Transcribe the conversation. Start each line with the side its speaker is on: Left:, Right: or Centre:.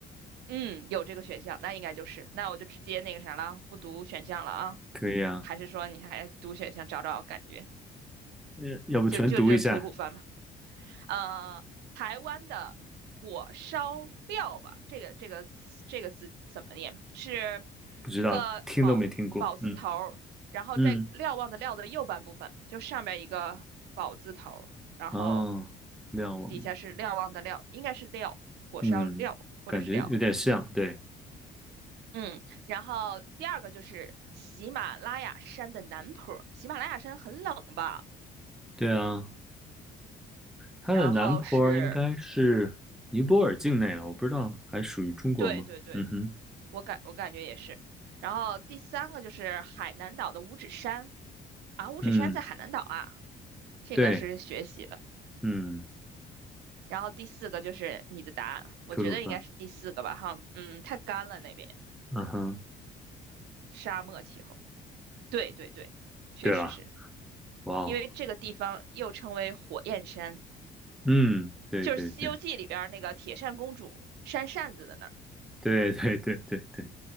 Right: 嗯，有这个选项，那应该就是，那我就直接那个啥了，不读选项了啊？
Centre: 可以啊，
Right: 还是说你还读选项找找感觉？
Centre: 要要不全读一下。
Right: 就就就吐鲁番吧。呃，台湾的火烧料吧，这个这个这个字怎么念？是一个宝宝字头儿然后在瞭望的瞭的右半部分，
Centre: 不知道，听都没听过。嗯嗯，
Right: 就上面一个宝字头儿然后
Centre: 哦，亮王，
Right: 底下是瞭望的瞭，应该是料，火烧料或者是料。
Centre: 嗯，感觉有点像。对
Right: 嗯，然后第二个就是喜马拉雅山的南坡儿喜马拉雅山很冷吧？
Centre: 对啊，它的南坡儿应该是尼泊尔境内了，
Right: 然后是，
Centre: 我不知道还属于中国吗？
Right: 对对对，
Centre: 嗯哼，
Right: 我感我感觉也是。然后第三个就是海南岛的五指山啊，五指山在海南岛啊，
Centre: 嗯，
Right: 这个是学习了。
Centre: 对，嗯，
Right: 然后第四个就是你的答案，我觉得应该是第四个吧，
Centre: 吐鲁番，
Right: 哈，嗯，太干了那边，
Centre: 嗯哼，
Right: 沙漠气候。对对对，确实是
Centre: 对了，哇哦，
Right: 因为这个地方又称为火焰山，
Centre: 嗯，对对对
Right: 就是《西游记》里边儿那个铁扇公主扇扇子的那儿。
Centre: <laughs> 对对对对对，